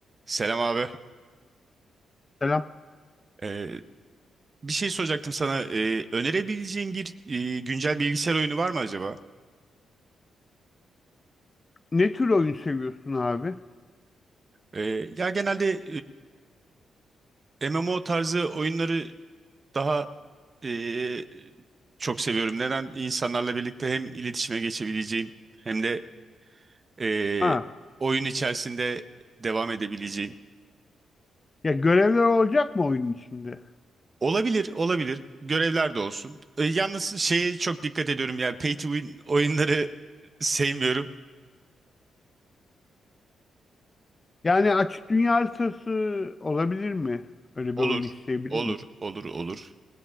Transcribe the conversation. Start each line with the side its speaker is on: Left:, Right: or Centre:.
Right: Selam abi.
Left: Selam.
Right: Ee, bir şey soracaktım sana. Ee, önerebileceğin bir e, güncel bilgisayar oyunu var mı acaba?
Left: Ne tür oyun seviyorsun abi?
Right: Ee, ya genelde e, MMO tarzı oyunları daha e, çok seviyorum. Neden? İnsanlarla birlikte hem iletişime geçebileceğim hem de e,
Left: Ha,
Right: oyun içerisinde devam edebileceğim.
Left: ya görevler olacak mı oyunun içinde?
Right: Olabilir, olabilir. Görevler de olsun. Ee, yalnız şeye çok dikkat ediyorum. Yani pay to win oyunları <laughs> sevmiyorum.
Left: Yani açık dünya haritası olabilir mi? Öyle
Right: Olur,
Left: bir oyun isteyebilir
Right: olur,
Left: mi?
Right: olur, olur.